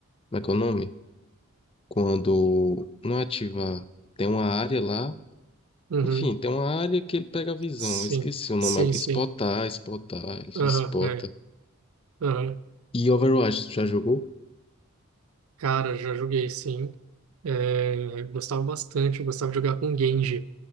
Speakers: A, on the left; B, on the right.
A: como é que é o nome? Quando não ativa, tem uma área lá,
B: uhum,
A: Enfim, tem uma área que ele pega a visão.
B: sim,
A: Eu esqueci o nome.
B: sim,
A: agora.
B: sim.
A: Spotar, Spotar, ele
B: Aham,
A: Spota.
B: é, aham.
A: E Overwatch, tu já jogou?
B: Cara, já joguei, sim. É, gostava bastante, eu gostava de jogar com Genji,